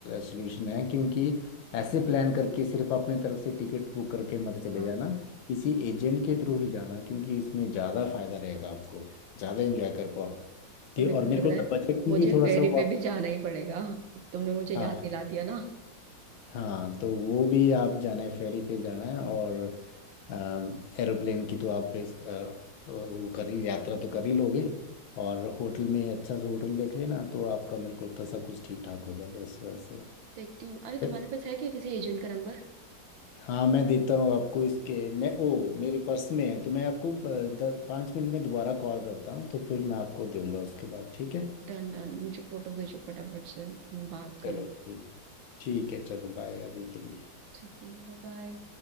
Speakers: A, on the left; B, on the right.
A: सोल्यूशन है क्योंकि ऐसे प्लान करके सिर्फ अपनी तरफ से टिकट बुक करके मत चले
B: हाँ
A: जाना किसी एजेंट के थ्रू ही जाना क्योंकि इसमें ज़्यादा फायदा रहेगा आपको ज़्यादा एंजॉय कर पाओगे
B: अब तो मेरे
A: और
B: को
A: मेरे
B: लग
A: को
B: रहा
A: तो
B: है
A: बजट में
B: मुझे
A: भी थोड़ा
B: फेरी
A: सा वो
B: पे
A: आप
B: भी जाना ही पड़ेगा अब तुमने मुझे याद
A: हाँ
B: दिला दिया ना
A: हाँ तो वो भी आप जाना है फेरी पे जाना है और एरोप्लेन की तो आप इस, अ, अ, वो कर ही यात्रा तो कर ही लोगे और होटल में अच्छा सा होटल देख लेना तो आपका मेरे को लगता है सब कुछ ठीक ठाक हो जाएगा उस वजह
B: देखती हूँ अरे
A: से
B: तुम्हारे पास है क्या किसी एजेंट का नंबर
A: हाँ मैं देता हूँ आपको इसके मैं ओ मेरे पर्स में है तो मैं आपको प- द- पाँच मिनट में दोबारा कॉल करता हूँ तो फिर मैं आपको दूंगा उसके बाद ठीक है
B: डन डन मुझे फोटो भेजो फटाफट से तो मैं बात करूँ
A: चलो ठीक ठीक है चलो बाय अभी के लिए
B: ठीक है बाय बाय